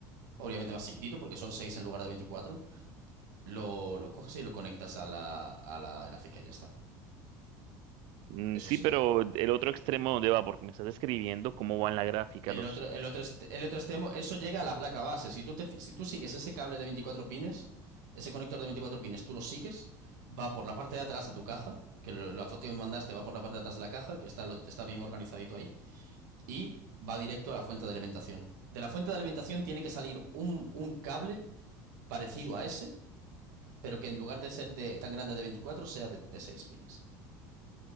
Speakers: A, on the right; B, on the right.
A: obviamente más chiquitito porque son 6 en lugar de veinticuatro Lo, lo coges y lo conectas a la, a la gráfica y ya está.
B: Mm,
A: Eso
B: sí,
A: sería.
B: pero el otro extremo dónde va, porque me estás describiendo cómo va en la gráfica
A: El
B: los.
A: otro, el otro, est- el otro extremo, eso llega a la placa base. Si tú te fi- si tú sigues ese cable de 24 pines, ese conector de 24 pines, tú lo sigues, va por la parte de atrás de tu caja, que lo- la foto que me mandaste va por la parte de atrás de la caja, que está, lo- está bien organizadito ahí. y va directo a la fuente de alimentación. De la fuente de alimentación tiene que salir un, un cable parecido a ese, pero que en lugar de ser de, tan grande de 24 sea de, de 6 pines.